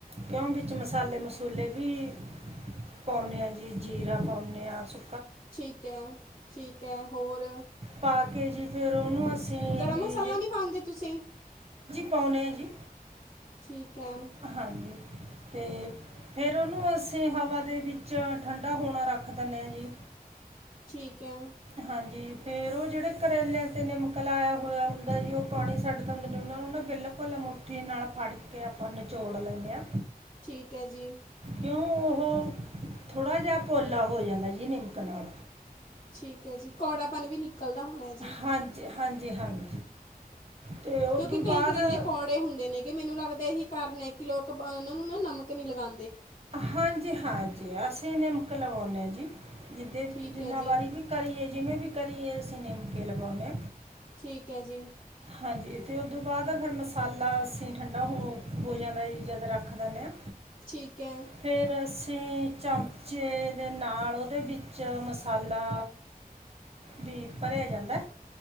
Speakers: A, on the right; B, on the left.
A: ਕਿਉਂ ਵਿੱਚ ਮਸਾਲੇ ਮਸੂਲੇ ਵੀ ਪਾਉਣੇ ਆ ਜੀ, ਜੀਰਾ ਪਾਉਂਣੇ ਹਾਂ ਸੁ
B: ਠੀਕ ਐ, ਠੀਕ ਐ, ਹੋਰ
A: ਪਾ ਕੇ ਜੀ ਫੇਰ ਉਹਨੂੰ ਅਸੀਂ
B: ਗਰਮ
A: ਵੀ
B: ਮਸਾਲਾ ਨੀ ਪਾਂਦੇ ਤੁਸੀਂ
A: ਪਾਉਣੇ ਆ ਜੀ।
B: ਠੀਕ ਹੈ
A: ਹਾਂਜੀ, ਤੇ ਫੇਰ ਉਹਨੂੰ ਅਸੀਂ ਹਵਾ ਦੇ ਵਿੱਚ ਠੰਢਾ ਹੋਣਾ ਰੱਖ ਦਿੰਦੇ ਹਾਂ ਜੀ।
B: ਠੀਕ ਐ।
A: ਹਾਂਜੀ, ਫੇਰ ਉਹ ਜਿਹੜੇ ਕਰੇਲਿਆਂ ਤੇ ਨਿਮਕ ਲਾਇਆ ਹੋਇਆ ਹੁੰਦਾ ਜੀ ਉਹ ਪਾਣੀ ਛੱਡ ਦਿੰਦੇ ਨੇ। ਉਹਨਾਂ ਨੂੰ ਨਾ ਬਿਲਕੁਲ ਮੁੱਠੀ ਨਾਲ ਫੜ ਕੇ ਆਪਾਂ ਨਿਚੋੜ ਲੈਂਣੇ ਆਂ।
B: ਠੀਕ ਐ ਜੀ।
A: ਕਿਉਂ ਉਹ ਥੋੜ੍ਹਾ ਜਿਹਾ ਪੋਲਾ ਹੋ ਜਾਂਦਾ ਜੀ ਨਿਮਕ ਨਾਲ।
B: ਠੀਕ ਐ ਜੀ, ਕੌੜਾਪਨ ਵੀ ਨਿਕਲਦਾ ਹੋਣਾ ਜੀ।
A: ਹਾਂਜੀ ਹਾਂਜੀ, ਹਾਂਜੀ। ਤੇ ਉਸ
B: ਕਿਉਂਕਿ
A: ਤੋਂ
B: ਕਈ
A: ਬਾਅਦ
B: ਕਰੇਲੇ ਕੌੜੇ ਹੁੰਦੇ ਨੇ ਕਿ ਮੈਨੂੰ ਲੱਗਦਾ ਇਹੀ ਕਾਰਨ ਹੈ ਕਿ ਲੋਕ ਉਹ ਨੂੰ ਨਾ ਨਮਕ ਨੀ ਲਗਾ
A: ਹਾਂਜੀ, ਹਾਂਜੀ, ਅਸੀਂ ਨਿਮਕ ਲਵਾਉਂਨੇ ਆਂ ਜੀ। ਜਿੱਦ
B: ਠੀਕ
A: ਜਿੰਨਾ
B: ਹੈ ਜੀ
A: ਵਾਰੀ ਵੀ ਕਰੀਏ ਜਿਵੇਂ ਵੀ ਕਰੀਏ ਅਸੀਂ ਨਿਮਕੇ ਲਵਾਉਂਦੇ
B: ਠੀਕ ਹੈ ਜੀ
A: ਹਾਂਜੀ ਅਤੇ ਉਹ ਤੋਂ ਬਾਅਦ ਫਿਰ ਮਸਾਲਾ ਅਸੀਂ ਠੰਡਾ ਹੋ ਹੋ ਜਾਂਦਾ ਜੀ ਜਦ ਰੱਖ ਦਿੰਦੇ ਹਾਂ
B: ਠੀਕ ਹੈ
A: ਫੇਰ ਅ ਅਸੀਂ ਚਮਚੇ ਦੇ ਨਾਲ ਉਹਦੇ ਵਿੱਚ ਮਸਾਲਾ ਵੀ ਭਰਿਆ ਜਾਂਦਾ